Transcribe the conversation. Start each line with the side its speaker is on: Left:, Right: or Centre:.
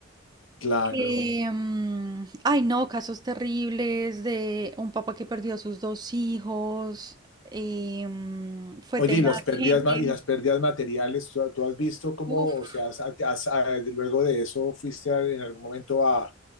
Left: Claro.
Right: Eh, mm, ay, no, casos terribles de un papá que perdió a sus dos hijos. eh, mm, fue
Left: Oye,
Right: tenaz,
Left: y las pérdidas,
Right: gente.
Left: ma- y las pérdidas materiales, ¿tú, tú has visto cómo,
Right: Uf.
Left: o sea, has- has- ah, luego de eso fuiste a- en algún momento a,